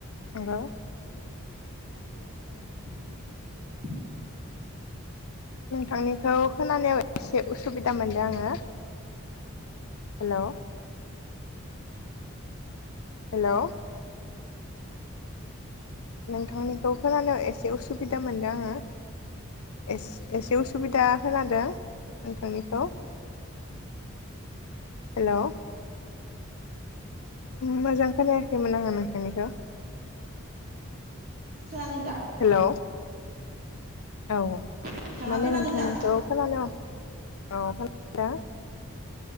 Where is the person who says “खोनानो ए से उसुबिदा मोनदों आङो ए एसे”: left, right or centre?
Left